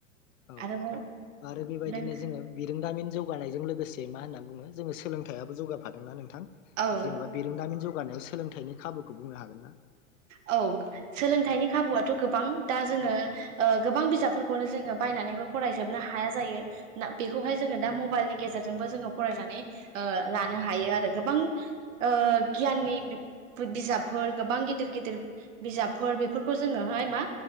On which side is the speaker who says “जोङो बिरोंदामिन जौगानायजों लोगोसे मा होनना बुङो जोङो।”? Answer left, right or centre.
Left